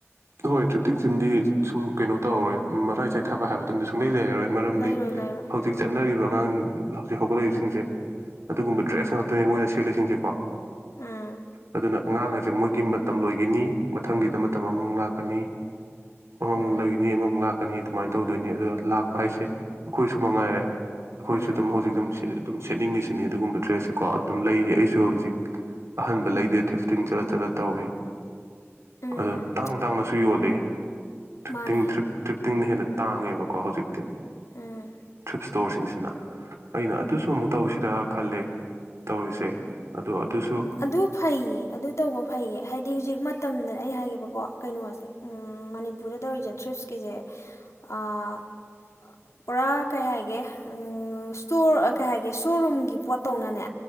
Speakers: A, on the right; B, on the left.
A: ꯍꯣꯏ꯫ ꯊꯔ꯭ꯤꯐꯇꯤꯡꯁꯤꯝꯗꯤ ꯁꯨꯝ ꯀꯩꯅꯣ ꯇꯧꯔꯣꯏ ꯃꯔꯥꯏ ꯆ ꯫ ꯌꯥꯔꯣꯏ ꯃꯔꯝꯗꯤ
B: ꯂꯩꯔꯣꯏ ꯂꯩꯔꯣꯏ
A: ꯍꯧꯖꯤꯛ
B: ꯎꯝ
A: ꯆꯠꯅꯔꯤꯕ ꯑꯉꯥꯡ꯫ ꯍꯧꯒꯠꯂꯛꯏꯕꯁꯤꯡꯁꯦ ꯑꯗꯨꯒꯨꯝꯕ ꯗ꯭ꯔꯦꯁ ꯉꯥꯛꯇꯅꯦ ꯃꯣꯏꯅ ꯁꯦꯠꯂꯤꯁꯤꯡꯁꯦ ꯀꯣ꯫
B: ꯎꯝ
A: ꯑꯗꯨꯅ꯫ ꯑꯉꯥꯡ ꯑꯁꯦ ꯃꯣꯏꯒꯤ ꯃꯇꯝ ꯂꯣꯏꯒꯅꯤ ꯃꯊꯪꯒꯤꯗ ꯃꯇꯝ ꯑꯃꯨꯛ ꯂꯥꯛꯀꯅꯤ꯫ ꯑꯃꯃꯣꯛ
B: ꯎꯝ
A: ꯂꯩꯅꯤ ꯑꯃꯃꯣꯛ ꯂꯥꯛꯀꯅꯤ꯫ ꯑꯗꯨꯃꯥꯏꯅ ꯇꯧꯗꯣꯏꯅꯦ ꯑꯗꯣ ꯂꯥꯛ꯫ ꯍꯥꯏꯁꯦ ꯑꯩꯈꯣꯏꯁꯨ ꯃꯉꯥꯏꯔꯦ ꯑꯩꯈꯣꯏꯁꯨ
B: ꯎꯝ
A: ꯑꯗꯨꯝ ꯍꯧꯖꯤꯛ꯫ ꯁꯦꯠꯇꯤ ꯑꯗꯨꯝ ꯁꯦꯠꯅꯤꯡꯉꯤꯁꯤꯅꯦ ꯑꯗꯨꯒꯨꯝꯕ ꯗ꯭ꯔꯦꯁꯁꯦꯀꯣ ꯑꯗꯨꯝ ꯂꯩꯔꯤ ꯑꯩꯁꯨ ꯍꯧꯖꯤꯛ ꯑꯍꯟꯕ ꯂꯩꯗꯦ ꯊꯔ꯭ꯤꯐꯇꯤꯡ ꯆꯠꯂ-ꯆꯠꯂ ꯇꯧꯋꯦ
B: ꯑꯗꯨꯝ
A: ꯑꯗꯣ ꯇꯥꯡ ꯇꯥꯡꯅꯁꯨ ꯌꯣꯜꯂꯦ ꯊꯔ꯭ꯤꯐꯇꯤꯡ
B: ꯃꯥꯅꯦ
A: ꯊꯔ꯭ꯤꯐ ꯇ꯭ꯔꯤꯞ ꯫ ꯇꯤꯡꯅ ꯍꯦꯟꯅ ꯇꯥꯡꯉꯦꯕꯀꯣ ꯍꯧꯖꯤꯛꯇꯤ꯫
B: ꯎꯝ꯫
A: ꯏꯁ꯭ꯇꯣꯔꯁꯤꯡꯁꯤꯅ꯫ ꯑꯩꯅ ꯑꯗꯨꯁꯨ ꯑꯃꯨꯛ ꯇꯧꯁꯤꯔ꯫ ꯈꯜꯂꯦ ꯇꯧꯔꯤꯁꯦ ꯑꯗꯣ꯫ ꯑꯗꯨꯁꯨ
B: ꯑꯗꯨ ꯐꯩꯌꯦ ꯑꯗꯨ ꯇꯧꯕ ꯐꯩꯌꯦ ꯍꯥꯏꯗꯤ ꯍꯧꯖꯤꯛ ꯃꯇꯝꯗꯅ ꯑꯩ ꯍꯥꯏꯒꯦꯕ꯫ ꯀꯣ ꯀꯩꯅꯣꯁꯦ ꯃꯅꯤꯄꯨꯔꯗ ꯇꯧꯔꯤꯁꯦ ꯇ꯭ꯔꯤꯐꯁꯀꯤꯁꯦ ꯑ ꯄꯨꯔꯥ ꯀꯩ ꯍꯥꯏꯒꯦ ꯁꯇꯣꯔ ꯀꯩ ꯍꯥꯏꯒꯦ ꯁꯣꯔꯨꯝꯒꯤ ꯄꯣꯠꯇꯧꯅꯅꯦ꯫